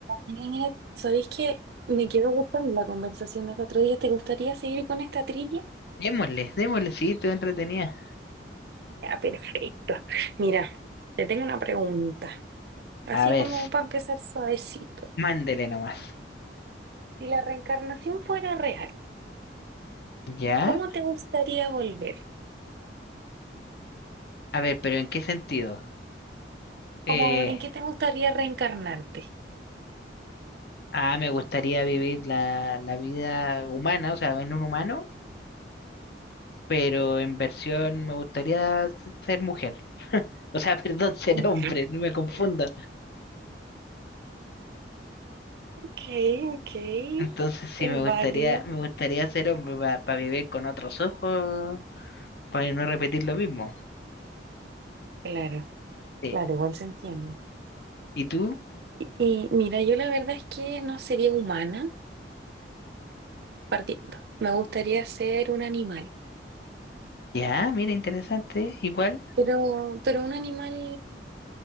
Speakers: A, on the right; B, on the left.
A: Mira, mira, ¿sabéis que me quedó gustando la conversación del otro día? ¿Te gustaría seguir con esta trivia?
B: Démosle, démosle, sí, tú entretenida.
A: Ya, perfecto. Mira, te tengo una pregunta, así
B: A ver,
A: como para empezar suavecito.
B: mándele nomás.
A: Si la reencarnación fuera real,
B: ¿Ya?
A: ¿cómo te gustaría volver?
B: A ver, pero ¿en qué sentido?
A: ¿Cómo,
B: Eh,
A: en qué te gustaría reencarnarte?
B: ah, me gustaría vivir la, la vida humana, o sea, en un humano, pero en versión me gustaría s- ser mujer. O sea, <laughs> perdón, ser
A: Ujú.
B: hombre, no me confundo.
A: Ok, ok,
B: Entonces sí,
A: es
B: me
A: válido.
B: gustaría, me gustaría ser hombre para vivir con otros ojos, para no repetir lo mismo.
A: Claro,
B: Sí.
A: claro, igual se entiende.
B: ¿Y tú?
A: Y, y mira, yo la verdad es que no sería humana partiendo. Me gustaría ser un animal.
B: Ya, mira, interesante. Igual,
A: Pero, pero un animal,